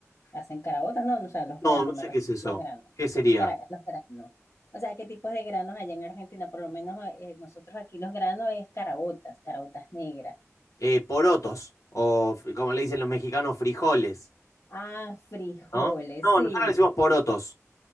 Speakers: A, on the left; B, on the left.
A: hacen carabota, no, no, o sea, los
B: No,
A: granos,
B: no
A: me
B: sé
A: refiero,
B: qué es eso.
A: los granos,
B: ¿Qué sería?
A: cara- los granos. O sea, ¿qué tipos de granos allá en Argentina? Por lo menos eh, eh, nosotros aquí los granos es caraotas caraotas negras.
B: Eh, porotos, o f- como le dicen los mexicanos, frijoles,
A: Ah, frijoles,
B: ¿no? No,
A: sí.
B: nosotros le decimos porotos,